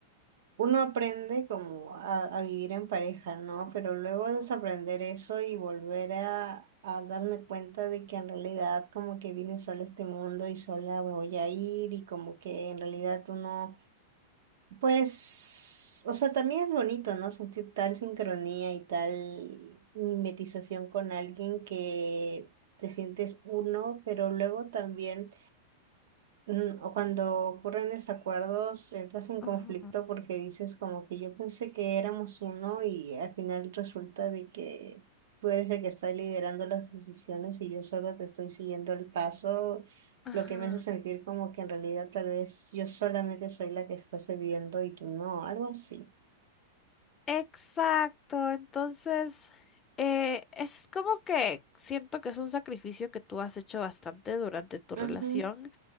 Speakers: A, on the right (about 70°); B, on the left (about 25°).
A: uno aprende como a, a vivir en pareja, ¿no? Pero luego desaprender eso y volver a, a darme cuenta de que en realidad como que vine sola a este mundo y sola me voy a ir y como que en realidad uno Pues, o sea, también es bonito, ¿no? Sentir tal sincronía y tal mimetización con alguien que te sientes uno, pero luego también Mm, O cuando ocurren desacuerdos, entras en
B: Ujú,
A: conflicto porque dices como que yo pensé que éramos uno y al final resulta de que tú eres el que está liderando las decisiones y yo solo te estoy siguiendo el paso,
B: Ajá.
A: lo que me hace sentir como que en realidad tal vez yo solamente soy la que está cediendo y tú no, algo así.
B: Exacto, entonces eh, es como que siento que es un sacrificio que tú has hecho bastante durante tu relación
A: Ujú,